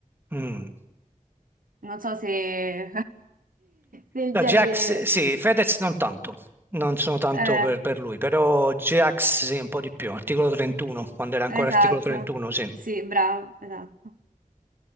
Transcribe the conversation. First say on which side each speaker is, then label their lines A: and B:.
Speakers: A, on the right; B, on the right.
A: Mm.
B: Non so se <laughs> del
A: No,
B: genere...
A: Jax, sì, Fedez non tanto, non sono tanto
B: Eh,
A: per, per lui, però Jax sì, un po' di più, articolo 31, quando era ancora
B: esatto.
A: articolo 31, sì.
B: Sì, bravo, esatto.